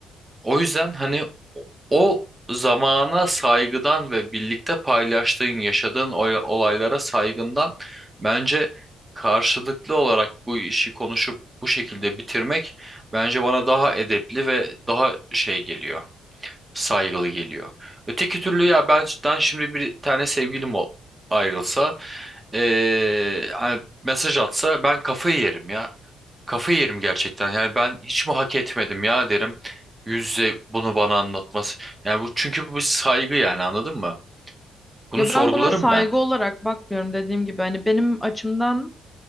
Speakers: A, on the right (about 20°); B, in the centre.
A: O yüzden hani o o zamana saygıdan ve birlikte paylaştığın, yaşadığın ola- olaylara saygından bence karşılıklı olarak bu işi konuşup bu şekilde bitirmek bence bana daha edepli ve daha şey geliyor, saygılı geliyor. Öteki türlü ya benden şimdi bir tane sevgilim ol- ayrılsa, eee, hani mesaj atsa ben kafayı yerim ya. Kafayı yerim gerçekten. Yani ben hiç mi hak etmedim ya derim. Yüzle bunu bana anlatması. Yani bu çünkü bu saygı yani anladın mı? Bunu
B: Ya
A: sorgularım
B: ben buna saygı
A: ben.
B: olarak bakmıyorum dediğim gibi. Hani benim açımdan